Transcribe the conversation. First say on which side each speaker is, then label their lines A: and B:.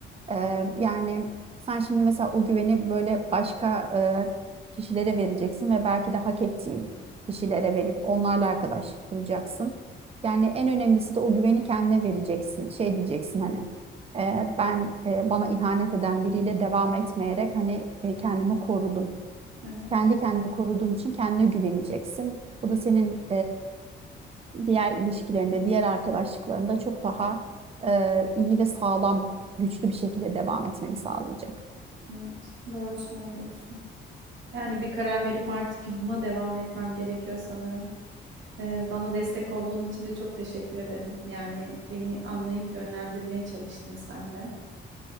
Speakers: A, on the right; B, on the right.
A: Ee, yani sen şimdi mesela o güveni böyle başka e, kişilere vereceksin ve belki de hak ettiğin kişilere verip onlarla arkadaşlık kuracaksın. Yani en önemlisi de o güveni kendine vereceksin. Şey diyeceksin hani e, ben e, bana ihanet eden biriyle devam etmeyerek hani e, kendimi korudum.
B: Evet,
A: Kendi kendini koruduğun için kendine güveneceksin. Bu da senin diğer ilişkilerinde, diğer arkadaşlıklarında çok daha e, iyi ve sağlam, güçlü bir şekilde devam etmeni sağlayacak.
B: evet. Doğru söylüyorsun. Yani bir karar verip artık yoluma devam etmem gerekiyor sanırım. Ee, bana destek olduğun için de çok teşekkür ederim. Yani beni anlayıp yönlendirmeye çalıştın sen de.